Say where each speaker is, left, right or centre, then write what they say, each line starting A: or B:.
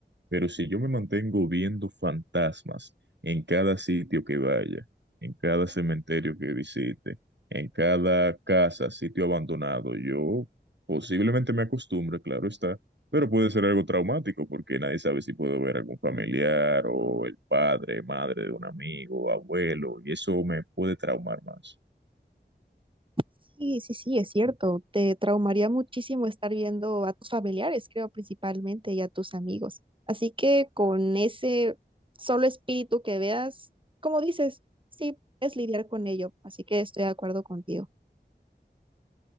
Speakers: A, on the right (about 80°); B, on the right (about 30°).
A: Pero si yo me mantengo viendo fantasmas en cada sitio que vaya, en cada cementerio que visite, en cada casa, sitio abandonado, yo posiblemente me acostumbre, claro está, pero puede ser algo traumático porque nadie sabe si puedo ver algún familiar o el padre, madre de un amigo, abuelo, y eso me puede traumar más.
B: Sí, sí, sí, es cierto. Te traumaría muchísimo estar viendo a tus familiares, creo, principalmente, y a tus amigos. Así que con ese solo espíritu que veas, como dices, sí, es lidiar con ello. Así que estoy de acuerdo contigo.